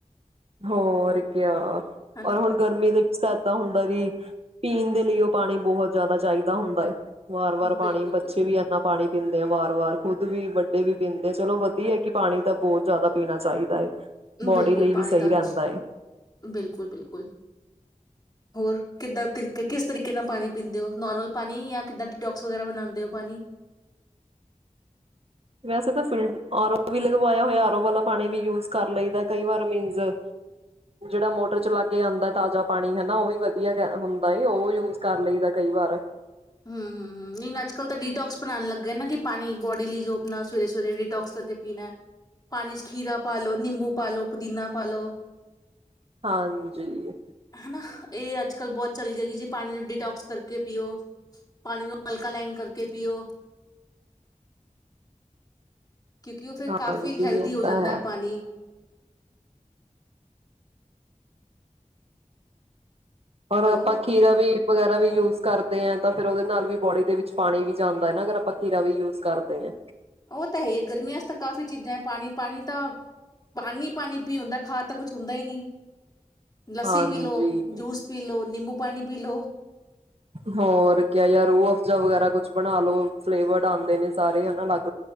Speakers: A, on the right; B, on the left.
A: ਹੋਰ ਕਯਾ।
B: ਹਨਾ
A: ਔਰ ਹੁਣ ਗਰਮੀ ਦੇ ਵਿੱਚ ਤਾਂ ਇਏਦਾਂ ਹੁੰਦਾ ਵੀ। ਪੀਣ ਦੇ ਲਈ ਉਹ ਪਾਣੀ ਬਹੁਤ ਜ਼ਿਆਦਾ ਚਾਹੀਦਾ ਹੁੰਦਾ ਹੈ। ਵਾਰ ਵਾਰ ਪਾਣੀ
B: ਬਿਲਕੁਲ
A: ਬੱਚੇ
B: ਬਿਲਕੁਲ
A: ਵੀ ਇੰਨਾ ਪਾਣੀ। ਪੀਂਦੇ ਆ ਵਾਰ ਵਾਰ ਖੁੱਦ ਵੀ, ਵੱਡੇ ਵੀ ਪੀਂਦੇ ਐ, ਚਲੋ ਵਧੀਆ ਹੈ ਕਿ ਪਾਣੀ ਤਾਂ ਬਹੁਤ ਜ਼ਿਆਦਾ ਪੀਣਾ ਚਾਹੀਦਾ ਹੈ। ਬੋਡੀ
B: ਬਿਲਕੁਲ
A: ਲਈ
B: ਪਾਣੀ
A: ਵੀ ਸਹੀ
B: ਡੱਚ,
A: ਰਹਿੰਦਾ ਹੈ।
B: ਬਿਲਕੁਲ, ਬਿਲਕੁਲ, ਹੋਰ ਕਿੱਦਾਂ ਤਰੀਕੇ ਕਿਸ ਤਰੀਕੇ ਨਾਲ ਪਾਣੀ ਪੀਂਦੇ ਹੋ, ਨੋਰਮਲ ਪਾਣੀ ਜਾਂ ਕਿੱਦਾਂ ਡਿਟੋਕਸ ਵਗੈਰਾ ਬਣਾਉਂਦੇ ਹੋ ਪਾਣੀ।
A: ਵੈਸੇ ਤਾਂ ਫਿਲ ਆਰ ਔ ਵੀ ਲਗਵਾਇਆ ਹੋਇਆ, ਆਰ ਓ ਵਾਲਾ ਪਾਣੀ ਵੀ ਯੂਜ ਕਰ ਲਈ ਦਾ ਕਈ ਵਾਰ ਮੀਨਜ਼ ਜਿਹੜਾ ਮੋਟਰ ਚਲਾ ਕੇ ਆਉਂਦਾ ਤਾਜ਼ਾ ਪਾਣੀ ਹੈਨਾ ਉਹ ਵੀ ਵਧੀਆ ਹੁੰਦਾ ਹੈ, ਔ ਵੀ ਯੂਜ ਕਰ ਲਈ ਦਾ ਕਈ ਵਾਰ।
B: ਹੂ ਹੂ ਹੂ ਨਹੀਂ ਅੱਜ ਕੱਲ੍ਹ ਤਾਂ ਡੀਟੋਕਸ ਬਣਾਉਣ ਲੱਗੇ ਨਾ, ਕਿ ਪਾਣੀ ਬੋਡੀ ਲਈ ਜੋ ਆਪਣਾ ਸਵੇਰੇ ਸਵੇਰੇ ਡੀਟੋਕਸ ਕਰਕੇ ਪੀਣਾ ਪਾਣੀ ਚ ਖੀਰਾ ਪਾ ਲੋ ਨਿੰਬੂ ਪਾ ਲੋ ਪੁਦੀਨਾ ਪਾ ਲੋ।
A: ਹਾਂਜੀ
B: ਹੈਨਾ ਇਹ ਅੱਜ ਗਲ ਬਹੁਤ ਚੱਲ ਗਏ ਐ ਜੀ, ਪਾਣੀ ਨੂੰ ਡਿਟੋਕਸ ਕਰਕੇ ਪੀਓ। ਪਾਣੀ ਨੂੰ ਐਲਕਾਲਾਈਨ ਕਰਕੇ ਪੀਓ। ਕਿਉਂਕਿ ਉਹ ਫਿਰ,
A: ਹਾਂਜੀ
B: ਕਾਫ਼ੀ ਹੈਲਦੀ
A: ਇਹ
B: ਹੋ
A: ਤਾਂ
B: ਜਾਂਦਾ ਹੈ ਪਾਣੀ।
A: ਪਰ
B: ਹੈਲੋ
A: ਆਪਾਂ ਖੀਰਾ ਵੀ ਵਗੈਰਾ ਵੀ ਯੂਜ ਕਰਦੇ ਆ ਤਾਂ ਫਿਰ ਉਹਦੇ ਨਾਲ ਵੀ ਬੋਡੀ ਦੇ ਵਿੱਚ ਪਾਣੀ ਵੀ ਜਾਂਦਾ ਹੈ ਨਾ, ਅਗਰ ਆਪਾਂ ਖੀਰਾ ਵੀ ਯੂਜ ਕਰਦੇ ਐ।
B: ਉਹ ਤਾਂ ਹੈ ਹੀ ਹੈ ਗਰਮੀਆਂ ਚ ਤਾਂ ਕਾਫੀ ਚੀਜ਼ਾਂ ਹੈ ਪਾਣੀ ਪਾਣੀ ਤਾਂ, ਪਾਣੀ ਪਾਣੀ ਪੀ ਹੁੰਦਾ, ਖਾ ਤਾਂ ਕੁਛ ਹੁੰਦਾ ਹੀ ਨਹੀਂ। ਲੱਸੀ
A: ਹਾਂਜੀ
B: ਪੀ ਲੋ, ਜੂਸ ਪੀ ਲੋ, ਨਿੰਬੂ ਪਾਣੀ ਪੀ ਲੋ।
A: ਹੋਰ ਕਯਾ ਯਾਰ ਰੂਹ ਅਫਜਾ ਵਗੈਰਾ ਕੁਛ ਬਣਾ ਲੋੋ, ਫਲੇਵਰ ਆਉਂਦੇ ਨੇ ਸਾਰੇ ਹੈਨਾ ਅਲਗ।